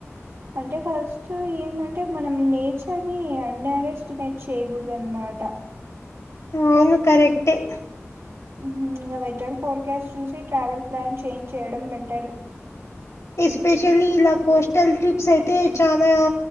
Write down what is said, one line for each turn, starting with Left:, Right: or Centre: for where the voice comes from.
Right: అంటే ఫస్ట్ ఏమంటే మనం నేచర్ నీ అండర్ ఎస్టిమేట్ చేయ్యకూడదు అన్నమాట
Left: అవును కరెక్ట్ ఏ
Right: ఉహుమ్ వెదర్ ఫోర్కాస్ట్ చూసి ట్రావెల్ ప్లాన్ చేంజ్ చేయడం బెటర్
Left: ఎస్పెషలీ ఇలా కోస్టల్ ట్రిప్స్ అయితే చనా